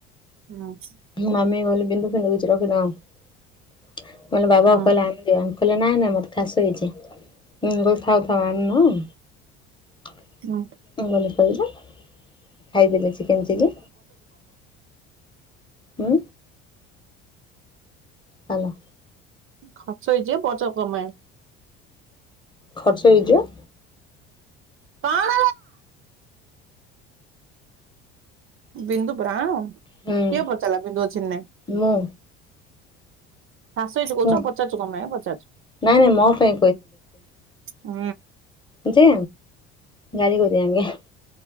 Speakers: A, on the right; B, on the left.
A: ହୁଁ <unintelligible>
B: ମାମି କହିଲ ବିନ୍ଦୁ ଫିଧୁ କିଛି ରଖିଦ କହିଲେ ଏମି ବାବା
A: ହୁଁ
B: କହିଲ <unintelligible> ଆମକୁ କହିନାହାନ୍ତି ମୋର ମଥାସ ହେଇଛି ହୁଁ ଥାଉ ଥାଉ ଆମକୁ ନାଇଁ ଆ <inaudible>
A: ହଁ
B: ଭଲ ପାଇବୁ ଖାଇଦେଲେ ଚିକେନ୍ ଚିଲି ଉ ହ୍ୟାଲୋ
A: ଖର୍ଚ୍ଚ ହେଇଯିବ ପଚ କମା
B: ଖର୍ଚ୍ଚ ହେଇଯିବ
A: କଣ? ବିନ୍ଦୁ ବ୍ରାଣ
B: ହୁଁ
A: କିଏ ପଚାରିଲା ବିନ୍ଦୁ ଅଛିକି ନାହିଁ?
B: ମୁଁ
A: ଖାସ ହେଇଚି କହୁଚ
B: ମୁଁ
A: ପଚାରୁଚ କଣ ପାଇଁ ପଚାରୁଚୁ।
B: ନାଇଁ ନାଇଁ ମୋ ପାଇଁ
A: ଉ
B: ଏଚେ ଗାଡି କରିଦି <unintelligible>